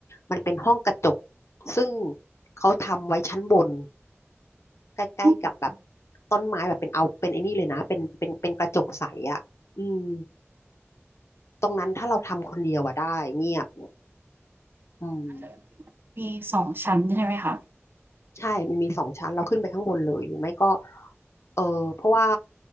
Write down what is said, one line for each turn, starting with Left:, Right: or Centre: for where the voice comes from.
Left: มันเป็นห้องกระจกซึ่งเขาทำไว้ชั้นบนใกล้ๆกับแบบ
Right: อืมน
Left: ต้นไม้แบบเป็นเอาเป็นไอ้นี่เลยนะเป็นเป็นเป็นกระจกใสอ่ะอืมตรงนั้นถ้าเราทำคนเดียวอะได้เงียบอืม
Right: ่าจะ มีสองชั้นใช่ไหมคะ
Left: ใช่มันมีสองชั้นเราขึ้นไปข้างบนเลยหรือไม่ก็เออเพราะว่า